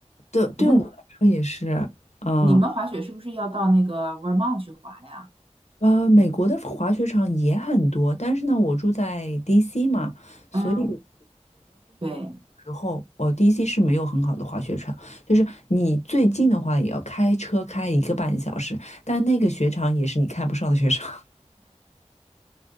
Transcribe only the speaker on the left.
对，对我们来说也是，
嗯。
呃，美国的滑雪场也很多，但是呢，我住在 DC 嘛，所以。
时候，哦，DC 是没有很好的滑雪场，就是你最近的话也要开车开一个半小时，但那个雪场也是你看不上的雪场，<laughs>